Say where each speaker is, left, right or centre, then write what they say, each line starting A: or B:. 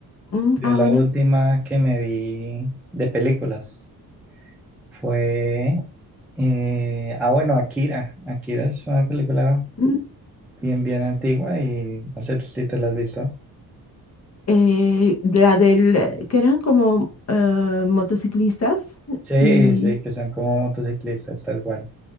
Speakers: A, on the left (about 40°); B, in the centre.
A: Mm,
B: Yo
A: ah,
B: la
A: bueno.
B: última que me vi de películas. Fue, eh, ah, bueno, Akira. Akira es una película
A: Mm,
B: bien, bien antigua y no sé si te la has visto.
A: eh, la del, eh, que eran como eh, motociclistas
B: Sí,
A: y,
B: sí, que son como motociclistas, tal cual.